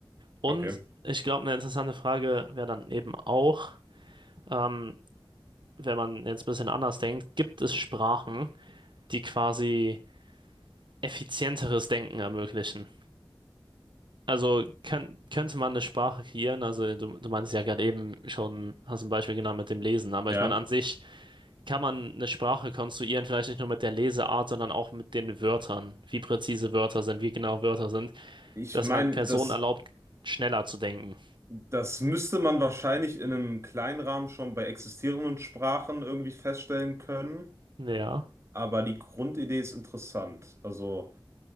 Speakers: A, on the right; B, on the right.
A: Und
B: Okay.
A: ich glaube, eine interessante Frage wäre dann eben auch, ähm, wenn man jetzt ein bisschen anders denkt, gibt es Sprachen, die quasi effizienteres Denken ermöglichen. Also könnt, könnte man eine Sprache kreieren, also du, du meinst ja gerade eben schon, hast ein Beispiel genannt mit dem Lesen, aber
B: Ja.
A: ich meine, an sich kann man eine Sprache konstruieren, vielleicht nicht nur mit der Leseart, sondern auch mit den Wörtern, wie präzise Wörter sind, wie genau Wörter sind,
B: Ich
A: dass
B: meine,
A: man Personen
B: das,
A: erlaubt, schneller zu denken.
B: das müsste man wahrscheinlich in einem kleinen Rahmen schon bei existierenden Sprachen irgendwie feststellen können,
A: Ja.
B: aber die Grundidee ist interessant. Also